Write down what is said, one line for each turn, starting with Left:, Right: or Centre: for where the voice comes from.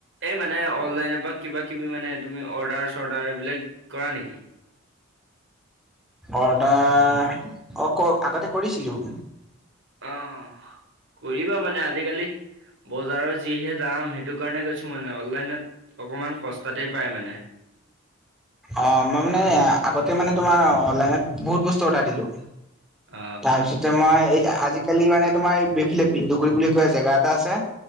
Right: এই মানে অনলাইনৰ পৰা কিবা কিবি মানে তুমি অৰ্ডাৰ চৰ্ডাৰ এইবিলাক কৰা নেকি
Centre: অৰ্ডাৰ অ ক আগতে কৰিছিলো
Right: অ কৰিবা মানে আজিকালি বজাৰৰ যিহে দাম সেইটো কাৰণে কৈছোঁ মানে অনলাইনত অকমান সস্তাতেই পায় মানে
Centre: অ মই মানে আ আগতে মানে তোমাৰ অনলাইনত বহুত বস্তু অৰ্ডাৰ দিলো
Right: অ
Centre: তাৰছ তে মই এই আজিকালি মানে তোমাৰ বিফালে বিন্দুগুৰি বুলি কোৱা জেগা এটা আছে